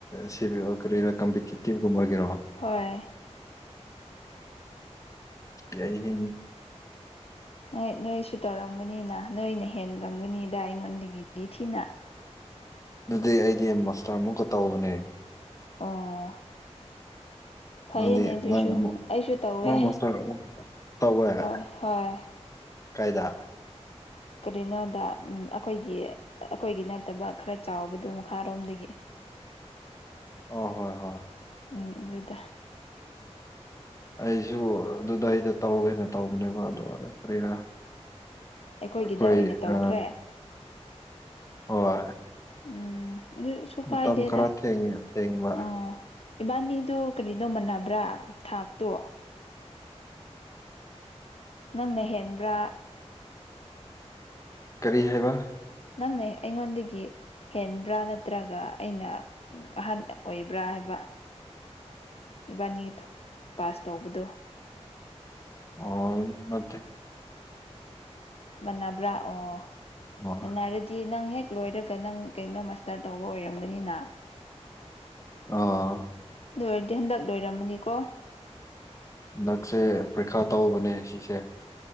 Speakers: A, on the left; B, on the left.
A: ꯁꯤ ꯀꯔꯤꯔ ꯀꯝꯤꯤꯒꯨꯝꯕꯒꯤꯦꯔ
B: ꯍꯣꯏ
A: ꯌꯥꯏꯅꯦ
B: ꯅꯣꯏ ꯅꯣꯏꯁꯨ ꯇꯧꯔꯝꯒꯅꯤꯅ ꯅꯣꯏꯅ ꯍꯦꯟꯂꯝꯝꯒꯅꯤꯗ ꯑꯩꯉꯣꯟꯗꯒꯤꯗꯤ ꯊꯤꯅ <unintelligible>
A: ꯑꯗꯨꯗꯤ ꯑꯩꯗꯤ ꯃꯁꯇꯔ ꯑꯃꯨꯛꯀ ꯇꯧꯕꯅꯦ
B: ꯑꯣ ꯐꯩꯅꯦ
A: ꯅꯪꯗꯤ
B: ꯑꯗꯨꯁꯨ
A: ꯅꯪ
B: ꯑꯩꯁꯨ ꯇꯧꯋꯦ
A: ꯑꯃꯛ ꯅꯣꯁꯇꯔ ꯇꯧꯕ ꯍꯥꯏꯔ
B: ꯍꯣꯏ ꯍꯣꯏ
A: ꯀꯥꯏꯗ
B: ꯀꯔꯤꯅꯣꯗ ꯑꯩꯈꯣꯏꯒꯤ ꯑꯩꯈꯣꯏꯒꯤ ꯅꯠꯇꯕ ꯈꯔ ꯆꯥꯎꯕꯗꯣ ꯃꯈꯥꯔꯣꯝꯗꯒꯤ <unintelligible>
A: ꯑ ꯍꯣꯏ ꯍꯣꯏ
B: ꯎꯝ ꯑꯗꯨꯒꯗ
A: ꯑꯩꯁꯨ ꯑꯗꯨꯗ ꯑꯩꯗ ꯇꯧꯒꯦꯅ ꯇꯧꯕꯅꯦꯕ ꯑꯗꯨ ꯑꯣꯏꯔ ꯀꯔ
B: ꯑꯩꯈꯣꯏꯒꯤꯗ
A: ꯀꯣꯏ
B: ꯑꯣꯏꯅ ꯇꯧꯈ꯭ꯔꯦ
A: ꯑ ꯋꯥ
B: ꯎꯝ ꯑꯗꯨꯁꯨ
A: ꯃꯇꯝ
B: ꯀꯥꯏꯗꯦꯗ
A: ꯈꯔ ꯊꯦꯡꯉꯦ ꯊꯦꯡꯕ
B: ꯑꯥ ꯏꯕꯥꯅꯤꯗꯨ ꯀꯔꯤꯅꯣꯃꯕ꯭ꯔꯥ ꯊꯥꯛꯇꯣ ꯅꯪꯅ ꯍꯦꯟꯕ꯭ꯔꯥ
A: ꯀꯔꯤ ꯍꯥꯏꯕ
B: ꯅꯪꯅꯦ ꯑꯩꯉꯣꯟꯗꯒꯤ ꯍꯦꯟꯕ꯭ꯔꯥ ꯅꯠꯇ꯭ꯔꯒ ꯑꯩꯅ ꯑꯍꯟ ꯑꯣꯏꯕ꯭ꯔꯥ ꯍꯥꯏꯕ ꯏꯕꯥꯅꯤ ꯄꯥꯁ ꯇꯧꯕꯗꯣ
A: ꯑꯣ ꯃꯦ
B: ꯃꯅꯕ꯭ꯔꯥ ꯑꯣ
A: ꯑꯣ
B: ꯃꯅꯔꯗꯤ ꯅꯪ ꯍꯦꯛ ꯂꯣꯏꯔꯒ ꯅꯪ ꯀꯩꯅꯣ ꯃꯥꯁꯇꯔ ꯇꯧꯕ ꯑꯣꯏꯔꯝꯒꯅꯤꯅ
A: ꯑ
B: ꯂꯣꯏꯔꯗꯤ ꯍꯟꯗꯛ ꯂꯣꯏꯔꯝꯃꯅꯤꯀꯣ
A: ꯍꯟꯗꯛꯁꯦ ꯄ꯭ꯔꯤꯈꯥ ꯇꯧꯕꯅꯦ ꯁꯤꯁꯦ